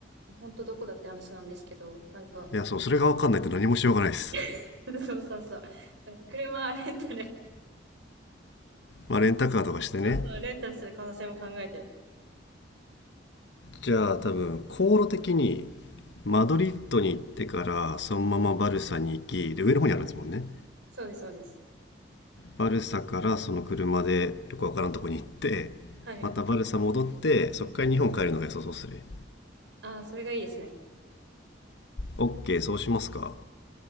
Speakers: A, on the right; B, on the left.
A: 本当どこだって話なんですけど、なんか、
B: いやそうそれが分かんないと何もしようがないです
A: <laughs> そうそうそう。なんか車レンタル、
B: まあレンタカーとかしてね
A: <laughs> そうそう、レンタルする可能性も考えて。
B: じゃあ多分航路的にマドリッドに行ってからそのままバルサに行きで上の方にあるんですもんね
A: そうです、そうです。
B: バルサからその車でよくわからんとこに行ってまたバルサ戻ってそっから日本帰るのが良さそうっすね
A: はい。ああ、それがいいですね。えー
B: OK そうしますか